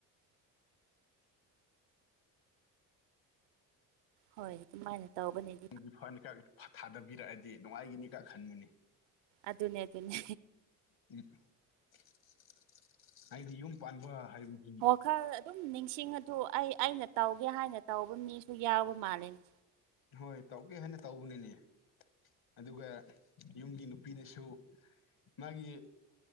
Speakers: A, on the right (about 65°); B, on the left (about 50°).
A: ꯍꯣꯏ ꯑꯗꯨꯃꯥꯏꯅ ꯇꯧꯕꯅꯤ꯫
B: ꯒꯤ ꯐꯟ ꯈ ꯊꯥꯗꯕꯤꯔꯛꯑꯗꯤ ꯅꯨꯡꯉꯥꯏꯒꯅꯤꯒ ꯈꯟꯕꯅꯤ꯫
A: ꯑꯗꯨꯅꯦ ꯑꯗꯨꯅꯦ
B: <unintelligible> ꯑꯩꯗꯤ ꯌꯨꯝ ꯄꯥꯟꯕ ꯍꯥꯏꯕꯕꯁꯤ꯫
A: ꯈꯔ ꯑꯗꯨꯝ ꯅꯤꯡꯁꯤꯡ ꯑ ꯑꯗꯨ ꯑꯩ ꯑꯩꯅ ꯇꯧꯒꯦ ꯍꯥꯏꯅ ꯇꯧꯕ ꯃꯤꯁꯨ ꯌꯥꯎꯕ ꯃꯥꯜꯂꯅꯦ꯫
B: ꯍꯣꯏ ꯇꯧꯒꯦ ꯍꯥꯏꯅ ꯇꯧꯕꯅꯤꯅꯦ꯫ ꯑꯗꯨꯒ ꯌꯨꯝꯒꯤ ꯅꯨꯄꯤꯅꯁꯨ ꯃꯥꯒꯤ꯫